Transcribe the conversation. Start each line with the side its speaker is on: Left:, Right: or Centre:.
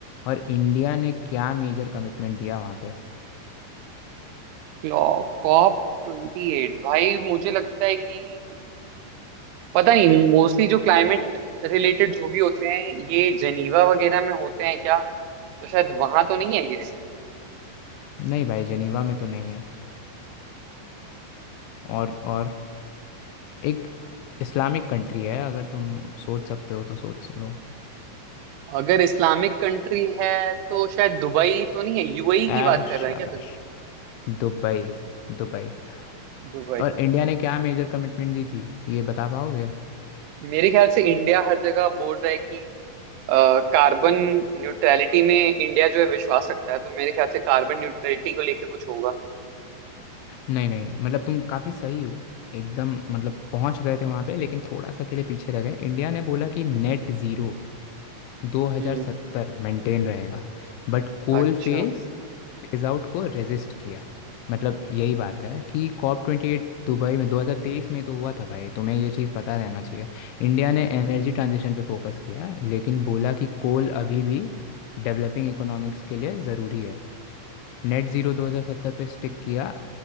Left: और इंडिया ने क्या मेजर कमिटमेंट दिया वहाँ पे
Right: क्लॉप कॉप ट्वेंटी एट भाई मुझे लगता है कि पता नहीं मोस्टली जो क्लाइमेट रिलेटेड जो भी होते हैं ये जेनीवा वगैरह में होते हैं क्या तो शायद वहां तो नहीं है ये
Left: नहीं भाई जेनीवा में तो नहीं है और और एक इस्लामिक कंट्री है अगर तुम सोच सकते हो तो सोच लो
Right: अगर इस्लामिक कंट्री है तो शायद दुबई तो नहीं है यूएई
Left: ऐश
Right: की बात कर रहा
Left: शाबाश
Right: है क्या
Left: Dubai Dubai
Right: दुबई
Left: और इंडिया ने क्या मेजर कमिटमेंट दी थी ये बता पाओगे
Right: मेरे ख्याल से इंडिया हर जगह बोल रहा है कि अ, कार्बन न्यूट्रलिटी में इंडिया जो है विश्वास रखता है तो मेरे ख्याल से कार्बन न्यूट्रलिटी को लेके कुछ होगा
Left: नहीं नहीं मतलब तुम काफ़ी सही हो एकदम मतलब पहुंच गए थे वहां पे लेकिन थोड़ा सा के लिए पीछे रह गए इंडिया ने बोला कि नेट ज़ीरो 2070
Right: हम्म
Left: मेंटेन रहेगा but coal
Right: अच्छा
Left: phase phase out को रेजिस्ट किया मतलब यही बात है कि कॉप ट्वेंटी एट दुबई में 2023 में तो हुआ था भाई तुम्हें ये चीज़ पता रहना चाहिए इंडिया ने एनर्जी ट्रांजिशन पे फोकस किया लेकिन बोला कि कोल अभी भी डेवलपिंग इकोनॉमिक्स के लिए ज़रूरी है नेट ज़ीरो 2070 पे स्टिक किया